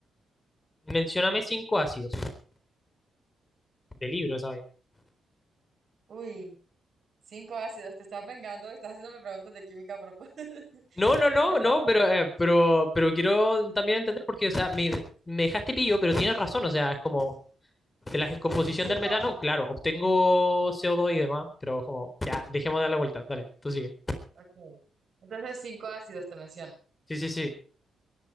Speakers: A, on the left; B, on the right.
A: Mencióname cinco ácidos de libros,
B: Uy, cinco ácidos, te estás vengando, estás haciéndome preguntas de química a propósito. <laughs>
A: No, no, no,
B: Ay,
A: no,
B: pero-
A: pero, eh, pero, pero quiero también entender porque, o sea, me, me dejaste pillo, pero tienes razón, o sea, es como de la descomposición
B: Cinco.
A: del metano, claro, obtengo co dos y demás, pero como, ya, dejemos de dar la vuelta, dale, tú sigue.
B: Ok. Entonces, cinco ácidos te menciono.
A: Sí, sí, sí.